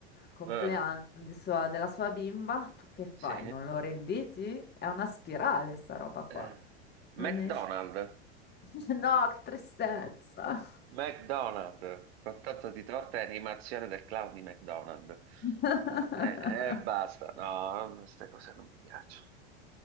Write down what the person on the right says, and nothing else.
Eh,
sì.
Eh.
McDonald's,
McDonald's, con tanto di torta e animazione del clown di McDonald's.
E basta, no, queste cose non mi piacciono.